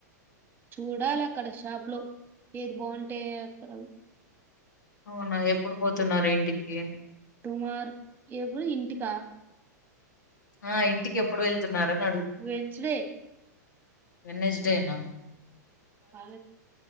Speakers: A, on the right; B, on the left.
A: చూడాల్ అక్కడ షాప్ లో ఏది బాగుంటే అక్కడ
B: అవునా ఎప్పుడు పోతున్నారు ఇంటికి
A: టుమార్ ఎవర ఇంటికా
B: ఆ ఇంటికి ఎప్పుడు వెళ్తున్నారని
A: వెన్స్ డే
B: వెడ్నెస్డే నా
A: ఆ